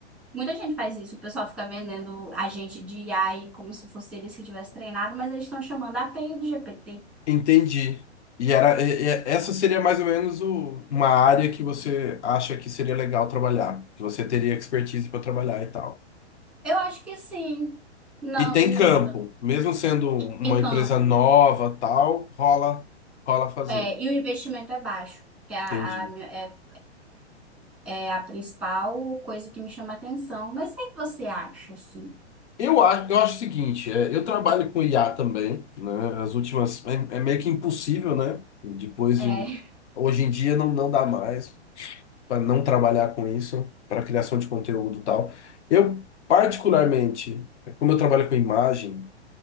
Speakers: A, in the centre; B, on the left (about 80°).
A: Muita gente faz isso, o pessoal fica vendendo agente de AI como se fosse eles que tivessem treinado, mas eles estão chamando a API do GPT.
B: Entendi. E era, e- e- essa seria mais ou menos o- uma área que você acha que seria legal trabalhar, que você teria expertise para trabalhar e tal.
A: Eu acho que sim. Não,
B: E tem
A: hum,
B: campo, mesmo sendo uma
A: tem campo.
B: empresa nova, tal, rola, rola fazer.
A: É, e o investimento é baixo, que é a,
B: Entendi.
A: a minha- é, é, é a principal coisa que me chama a atenção. Mas o que é que você acha, assim?
B: Eu acho, eu acho o seguinte, é, eu trabalho com IA também, né? As últimas é, é meio que impossível, né? Depois
A: É,
B: de
A: <laughs>
B: hoje em dia não, não dá mais. para não trabalhar com isso, para criação de conteúdo e tal. Eu, particularmente, como eu trabalho com imagem